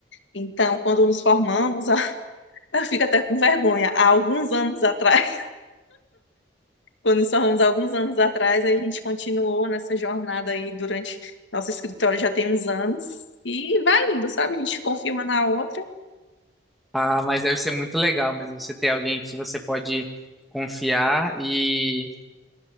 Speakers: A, on the left; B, in the centre.
A: então quando nos formamos, <laughs> ela fica até com vergonha. Há alguns anos atrás Quando somos alguns anos atrás, a gente continuou nessa jornada aí durante nosso escritório já tem uns anos e vai indo, sabe? A gente confia uma na outra.
B: Ah, mas deve ser muito legal, mas você ter alguém que você pode confiar e